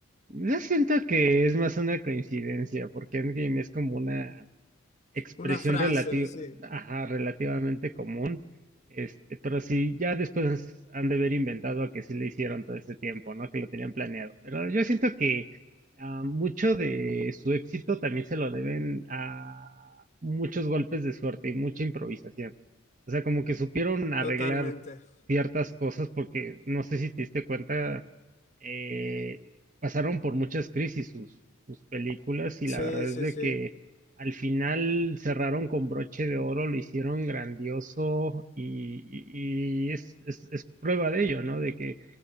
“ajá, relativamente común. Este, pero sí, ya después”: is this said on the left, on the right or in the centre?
Right